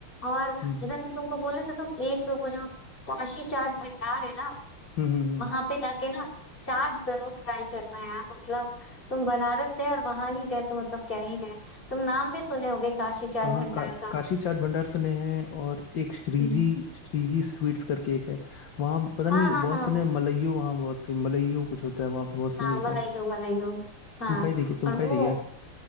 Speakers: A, on the left (about 25°); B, on the left (about 60°).
A: और
B: हम्म
A: अगर हम तुमको बोले तो तुम एक वो जो काशी चाट भंडार है ना
B: हम्म हम्म, हम्म।
A: वहां पे जाके ना चाट जरूर ट्राई करना यार मतलब तुम बनारस गए और वहां नहीं गए तो मतलब क्या ही गए तुम नाम भी सुने होगे काशी चाट
B: यहाँ
A: भंडार
B: का,
A: का
B: काशी चाट भंडार सुने हैं और एक श्रीजी
A: हम्म
B: श्रीजी स्वीट्स करके एक है वहाँ पता नहीं
A: हाँ हाँ
B: बहुत
A: हाँ
B: सुने हैं, मलाइयो वहाँ बहुत सी मलाइयो कुछ होता है वहाँ पे बहुत सही
A: हाँ
B: मिलता
A: मलाई
B: है
A: हो मलाई हो हाँ
B: तुम खाई देखिए तुम
A: और
B: खाई
A: वो
B: देखिए